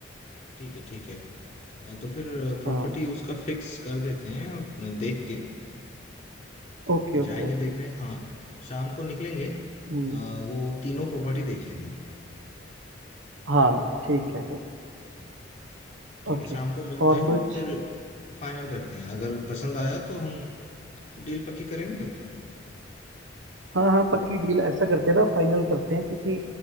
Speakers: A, on the left; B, on the right.
A: ठीक है ठीक है अ, तो फिर प्रॉपर्टी
B: हाँ
A: उसका फिक्स कर देते हैं अ, देख के
B: Okay okay
A: जाएंगे
B: okay
A: देखने हाँ शाम को निकलेंगे
B: हम्म
A: आ, वो तीनों प्रॉपर्टी देख लेंगे
B: हाँ ठीक है फिर
A: हाँ ठीक
B: ओके
A: है शाम को मिलते
B: और
A: हैं
B: कुछ
A: फिर फाइनल करते हैं अगर पसंद आया तो हम डील पक्की करेंगे और क्या
B: हाँ हाँ पक्की डील ऐसा करते हैं ना फाइनल करते हैं क्योंकि